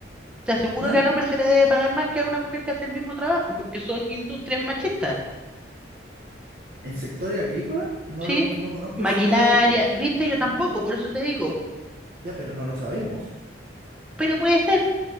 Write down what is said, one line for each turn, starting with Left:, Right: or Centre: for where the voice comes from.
Centre: te aseguro
Right: ¿Ah?
Centre: que al hombre se le debe pagar más que a una mujer que hace el mismo trabajo, porque son industrias machistas.
Right: ¿En sectores agrícolas? No
Centre: ¿sí?
Right: lo, no conozco
Centre: Maquinaria,
Right: el sector agrícola.
Centre: viste, yo
Right: Nunca.
Centre: tampoco, por eso te digo,
Right: Ya, pero no lo sabemos.
Centre: pero puede ser.